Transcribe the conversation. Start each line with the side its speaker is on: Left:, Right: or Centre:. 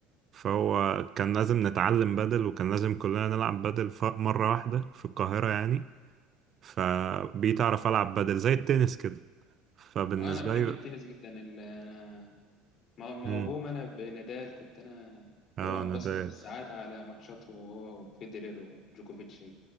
Right: فهو كان لازم نتعلم بدل وكان لازم كلنا نلعب بدل ف- مره واحده في القاهره يعني فبقيت اعرف العب بدل زي التنس كده فبالنسبه
Left: أنا بحب
Right: لي
Left: التنس جدا ال... أنا ما- موهوم
Right: امم
Left: انا بنادال كنت انا
Right: اه
Left: بقعد
Right: نادال
Left: بسهر بالساعات على ماتشاته هو وفيدرر وجوكوفيتش